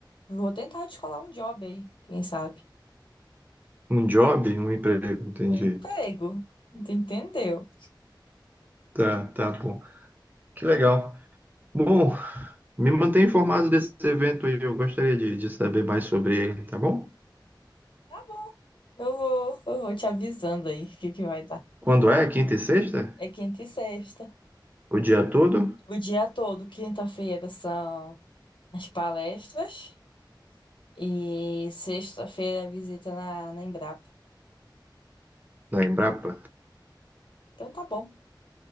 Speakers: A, on the left; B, on the right.
A: Vou tentar descolar um job aí, quem sabe?
B: Um job, um emprego, entendi.
A: Um emprego. Tu Entendeu?
B: Tá, tá bom. Que legal. Bom, me mantém informado desse evento aí, eu gostaria de, de saber mais sobre ele, tá bom?
A: Tá bom. Eu vou, eu vou te avisando aí o que que vai dar.
B: Quando é? Quinta e sexta?
A: É quinta e sexta.
B: O dia todo?
A: O dia todo, quinta-feira são as palestras. E sexta-feira visita na, na Embrapa.
B: Na Embrapa?
A: Então tá bom.